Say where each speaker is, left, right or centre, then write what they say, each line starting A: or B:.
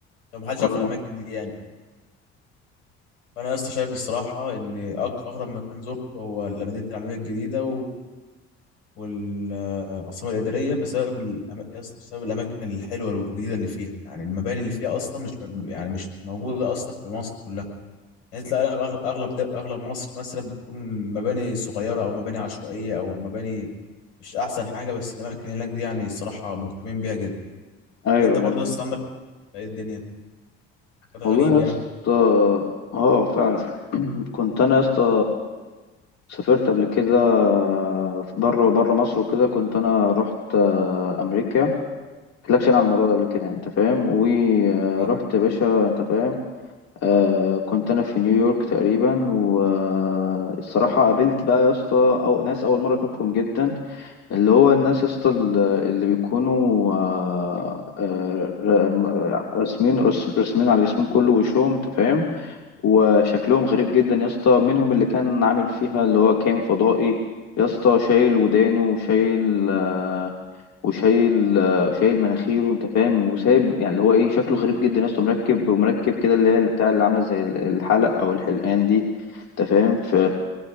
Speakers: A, on the left; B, on the left.
A: لو محدش
B: اه
A: يعرف الاماكن دي يعني فانا يا اسطى شايف الصراحه ان أق- اغرب مكان زرته هو مدينه العلمين الجديده والعاصمة الإدارية بسبب الأم... أصلاً بسبب الأماكن الحلوة والجديدة اللي فيها يعني المباني اللي فيها أصلا مش يعني مش موجودة أصلا في مصر كلها يعني تلاقي أغ- أغلب د- أغلب مصر مثلا بتكون مباني صغيرة أو مباني عشوائية أو مباني مش أحسن حاجة بس الأماكن هناك دي يعني الصراحة مهتمين بيها جدا
B: ايوه
A: أنت برضه
B: ايوه.
A: أصلا عندك إيه الدنيا كان
B: والله
A: غريب
B: يا
A: يعني
B: اسطى اه فعلا <clears throat> كنت انا يا اسطى سافرت قبل كده آه، بره بره مصر وكده كنت انا رحت آه، امريكا قلتلكش انا على الموضوع ده قبل كده يعني، انت فاهم ورحت
A: آه.
B: يا باشا انت فاهم آه كنت انا في نيويورك تقريبا والصراحه قابلت بقى يا اسطى او ناس اول مره اشوفهم جدا اللي هو الناس يا اسطى ال- اللي بيكونوا آه آه ر- راسمين رس- راسمين على جسمهم كله وشهم انت فاهم وشكلهم غريب جدا يا اسطى منهم اللي كان عامل فيها اللي هو كان فضائي يا اسطى شايل ودانه وشايل آه، وشايل آه، شايل مناخيره انت فاهم وسايب يعني اللي هو ايه شكله غريب جدا يا اسطى مركب مركب كده اللي هي اللي بتاع اللي عامله زي ال- الحلق او الحلقان دي انت فاهم في